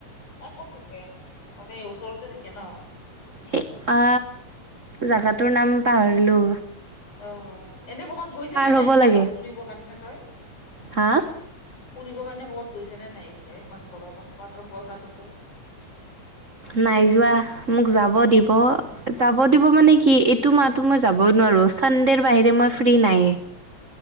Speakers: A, on the left; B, on the right.
A: তাই ক'ত থাকে, মানে ওচৰতে থাকে ন'?
B: ই আ, জাগাটোৰ নাম পাহৰিলোঁ।
A: অ' এনে ক'বাত গৈছেনে নাই
B: হ'ব
A: এতিয়া
B: লাগে
A: ফুৰিবৰ কাৰণে তই?
B: হা
A: ফুৰিবৰ কাৰণে ক'বাত গৈছে নে নাই এতিয়া ইমান গৰমত ৱাটাৰফল চোৱাটাৰফল!
B: নাই যোৱা, মোক যাব দিব। যাব দিব মানে কি এইটো মাহতো মই যাবই নোৱাৰো চানডেৰ বাহিৰে মই ফ্ৰী নায়ে।